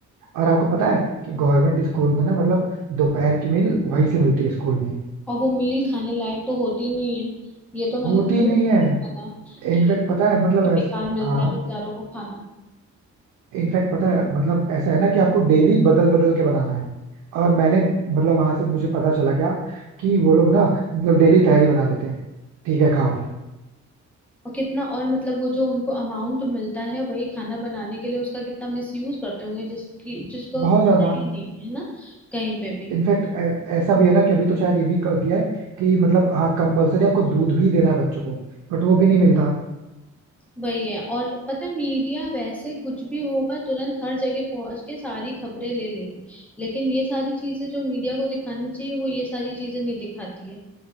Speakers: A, on the right; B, in the centre.
A: और आपको पता है कि गवर्नमेंट स्कूल में ना मतलब दोपहर की मील वहीं से मिलती है स्कूल में
B: और वो मील खाने लायक तो होती नहीं है ये तो मैंने
A: होती
B: न्यूज
A: ही नहीं
B: में
A: है
B: देखा था कि
A: इनफैक्ट पता है मतलब
B: कि बेकार
A: ऐस,
B: मिलता
A: हाँ
B: है बेचारों को खाना
A: इनफैक्ट पता है मतलब ऐसा है ना कि आपको डेली बदल बदल के बनाना है और मैंने मतलब वहां से मुझे पता चला क्या कि वो लोग ना मतलब डेली तहरी बना देते हैं ठीक है खाओ
B: और कितना और मतलब वो जो उनको अमाउंट मिलता है वही खाना बनाने के लिए उसका कितना मिस यूज करते होंगे जिसकी जिसको
A: बहुत
B: पता
A: ज्यादा
B: ही नहीं है ना कहीं पे भी
A: इनफैक्ट ऐसा भी है ना कि अभी तो शायद ये भी कर दिया है कि मतलब हाँ कंपलसरी आपको दूध भी देना है बच्चों को बट वो भी नहीं मिलता
B: वही है और पता है मीडिया वैसे कुछ भी होगा तुरंत हर जगह पहुंच के सारी खबरें ले लेगी लेकिन ये सारी चीजें जो मीडिया को दिखानी चाहिए वो ये सारी चीजें नहीं दिखाती है